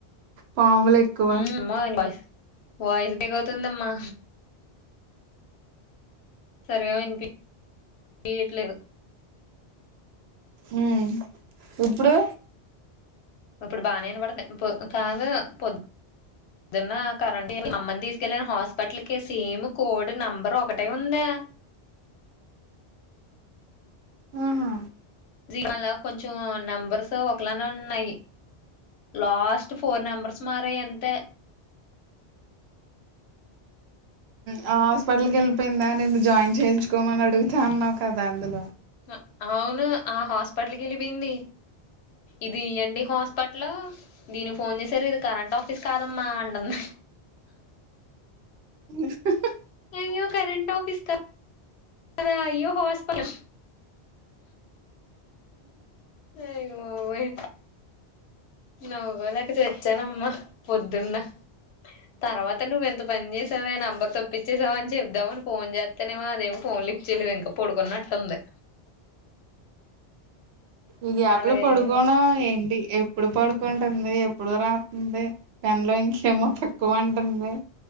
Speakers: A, on the right; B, on the left.
A: పాములు ఎక్కువ
B: అమ్మో వాయిస్ వాయిస్ బేక్ అవుతుందమ్మా సరిగా వినిపి <inaudible> ఇయట్లేదు
A: హూ ఇప్పుడు
B: ఇప్పుడు బానే ఇనవడ్తుంది పొ కాదు పొద్ దున్న కరెంట్ <inaudible> మా అమ్మని తీసుకెళ్ళాను హాస్పిటల్కి సేమ్ కోడ్ నెంబర్ ఒకటే ఉందే
A: ఆహా
B: జీవలో కొంచెం నెంబర్స్ ఒకలానే ఉన్నాయి లాస్ట్ ఫోర్ నెంబర్స్ మారాయి అంతే
A: హాస్పిటల్కి ఎళ్ళిపోయిందా నిన్ను జాయిన్ చేయించుకోమని అడుగుతా అన్నావు కదా అందులో
B: అ అవును ఆ హాస్పిటల్కి ఎళ్ళిపోయింది ఇదీ ఎన్ డి హాస్ప ట్లో దీని ఫోన్ చేసారు ఇది కరెంట్ ఆఫీస్ కాదమ్మా అంటుంది
A: ఉహహ
B: అయ్యో కరెంట్ ఆఫీస్ క <unintelligible> దా అయ్యో హాస్ప <unintelligible> అయ్ బాబోయ్ నవ్వుకోలేక చచ్చానమ్మ పొద్దున్న తర్వాత నువ్ళు ఎంత పని చేస్ సెవే నంబర్ తప్పిచ్చేసావని చెప్దాం అని ఫోన్ చేత్తేనేమో, అదేమో ఫోన్ లిఫ్ట్ చేయలేదు ఇంక పడుకున్నట్టుంది.
A: ఈ గ్యాప్
B: అలాగే
A: లో పడుకోవడం
B: అయింది
A: ఏంటి ఎప్పుడు పడుకుంటుంది ఎప్పుడు రాతుంది పెన్ లో ఇంకేమో తక్కువ అంటుంది